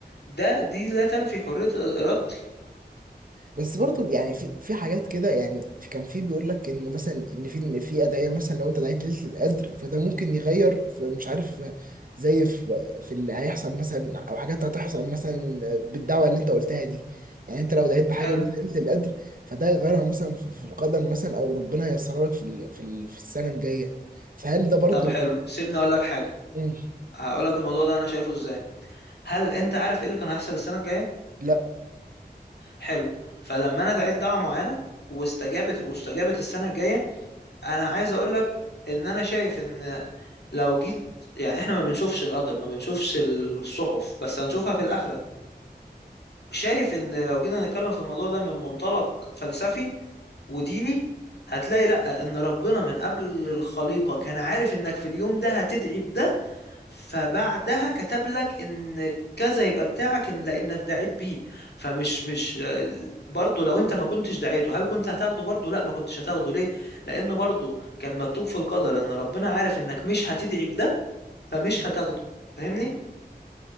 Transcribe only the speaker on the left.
ده دي لا تنفي حرية إرادتي
حلو
طب حلو سيبني أقول لك حاجة
هقول لك الموضوع ده أنا شايفه إزاي هل أنت عارف إيه اللي كان هيحصل السنة الجاية؟
حلو فلما أنا دعيت دعوة معينة واستجابت واستجابت السنة الجاية أنا عايز أقول لك إن أنا شايف إن لو جيت يعني إحنا ما بنشوفش القدر ما بنشوفش الصحف بس هنشوفها في الآخرة شايف ان لو جينا نتكلم في الموضوع ده من منطلق فلسفي وديني هتلاقي لا ان ربنا من قبل الخليقة كان عارف انك في اليوم ده هتدعي بده فبعدها كتب لك ان كذا يبقى بتاعك إن- لانك دعيت بيه فمش مش برضه لو انت ما كنتش دعيته هل كنت هتاخده برضه لا ما كنتش هتاخده ليه لان برضه كان مكتوب في القدر ان ربنا عارف انك مش هتدعي بده فمش هتاخده فاهمني